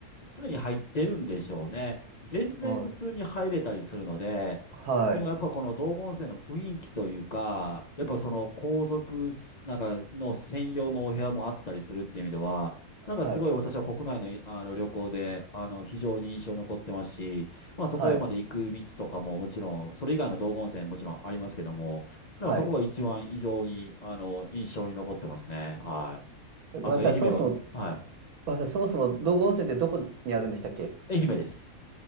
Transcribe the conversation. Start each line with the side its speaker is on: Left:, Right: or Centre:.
Left: 常に入ってるんでしょうね。全然普通に入れたりするので、
Right: おい、はい、
Left: でもやっぱこの道後温泉の雰囲気というか、やっぱその皇族なんかの専用のお部屋もあったりするっていう意味では、なんかすごい私は国内の、
Right: はい、
Left: あの旅行であの非常に印象に残ってますし、まあそこへまで行く道とかももちろん、
Right: はい、
Left: それ以外の道後温泉もちろんありますけども、だからそこが一番異常に、
Right: はい。
Left: あの、印象に残ってますね。はい。
Right: ごめんなさい、
Left: あと、愛媛は、
Right: そもそも、
Left: は
Right: ごめんなさい、そもそも道後温泉ってどこにあるんでしたっけ
Left: い。愛媛です。